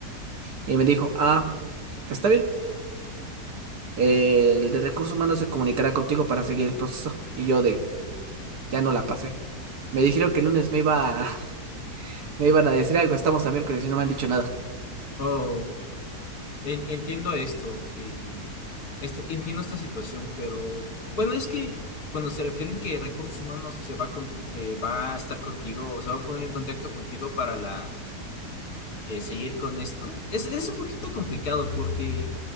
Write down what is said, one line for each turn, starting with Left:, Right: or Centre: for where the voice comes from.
Right: Y me dijo, ah, está bien. eh, el de recursos humanos se comunicará contigo para seguir el proceso. Y yo de, ya no la pasé. Me dijeron que el lunes me iba a- <laughs> me iban a decir algo, estamos a miércoles y no me han dicho nada.
Left: O En- Entiendo esto, el- este- entiendo esta situación, pero bueno, es que cuando se refieren que recursos humanos se va a, conti- eh, va a estar contigo, o se va a poner en contacto contigo para la, eh, seguir con esto, es, es un poquito complicado porque,